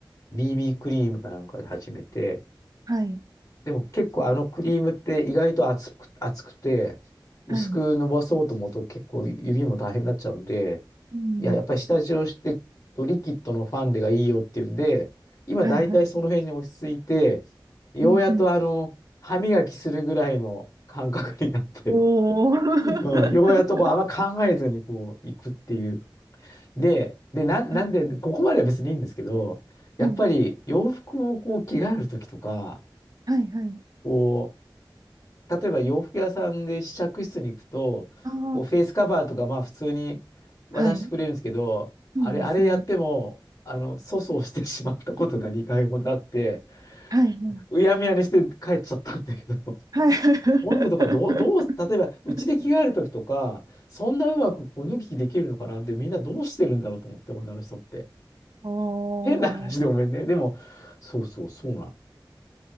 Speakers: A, on the left; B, on the right.
A: BB クリームかなんかで始めて、
B: はい。
A: でも結構あのクリームって意外と厚く、厚くて、薄く伸ばそうと思うと結構指も大変になっちゃうんで、
B: はい。うん。
A: いや、やっぱり下地をしてとリキッドのファンデがいいよっていうんで、今大体その辺に落ち着いて、
B: はいはい。
A: ようやっとあの、
B: うんうん。
A: 歯磨きするぐらいの感覚になって、
B: おお。<laughs> は
A: <laughs> うん、ようやっとこうあんま考えずにこう行くっていう。で、で、な、なんで、
B: い
A: ここまでは別にいいんですけど、やっぱり洋服をこう着替えるときとか、
B: はいはいはい。
A: こう、例えば洋服屋さんで試着室に行くと、
B: あ
A: こうフェイスカバーとか、まあ普通に渡してくれるんですけど、
B: あ、はい。そうですね。
A: あれ、あれやっても、あの、粗相してしまったことが2回ほどあって、
B: はいはい。
A: うやむやにして帰っちゃったんだけど、
B: <laughs> はい。<laughs>
A: こういうのとかどう、どう、例えばうちで着替えるときとか、そんなうまくこう脱ぎ着できるのかなって、みんなどうしてるんだろうと思って、女の人って。
B: お
A: 変な話でごめんね。
B: お。
A: でも、そうそう、そうなの。